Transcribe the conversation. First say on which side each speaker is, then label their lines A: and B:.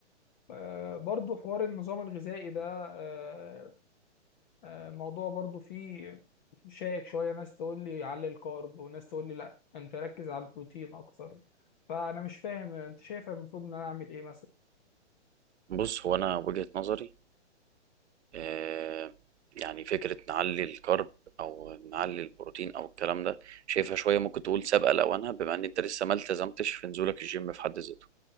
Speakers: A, on the left; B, on the right.
A: آه برضو حوار النظام الغذائي ده آه آه الموضوع برضو فيه شائك شوية ناس تقول لي علي الكارب وناس تقول لي لا انت ركز على البروتين اكتر فانا مش فاهم انت شايف المفروض ان انا اعمل ايه مثلا
B: بص هو انا وجهة نظري آه، يعني فكرة نعلي الكرب او نعلي البروتين او الكلام ده شايفها شوية ممكن تقول سابقة لأوانها بما ان انت لسه ما التزمتش في نزولك الجيم في حد ذاته